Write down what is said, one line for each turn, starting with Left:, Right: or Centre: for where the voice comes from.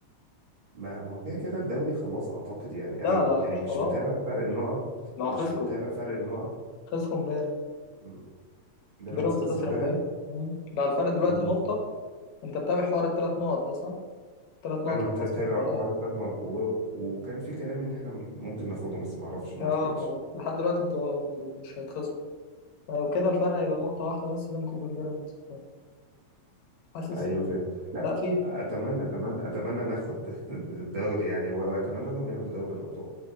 Right: ما ما هو كده كده الدوري خلاص أعتقد يعني
Left: لا
Right: أنا م-
Left: لا
Right: يعني
Left: مش
Right: مش
Left: خلاص
Right: متابع فرق النقط
Left: ما
Right: مش
Left: هو خسروا
Right: متابع فرق النقط
Left: خسروا امبارح
Right: م، بيراميدز
Left: بيراميدز
Right: خسر
Left: خسر
Right: امبارح
Left: امبارح مم. ده الفرق دلوقتي
Right: م،
Left: نقطة انت متابع حوار الثلاث نقط ده صح؟ ثلاث نقط
Right: أنا مت-
Left: الخصم
Right: متابع
Left: بتوع الاهلي
Right: حوالي ثلاث نقط و... وكان في كلام إن إحنا ممكن ناخدهم بس ما أعرفش ما
Left: اه
Right: أعتقدش
Left: ما هو لحد دلوقتي انتوا انتوا مش هيتخصموا فلو كده الفرق هيبقى نقطة واحدة بس بينكم وبين بيراميدز حاسس
Right: ايوه فاهم لا
Left: لا فيه
Right: اتمنى اتمنى اتمنى ناخد <laughs> الدوري يعني واتمنى لهم ياخدوا دوري الابطال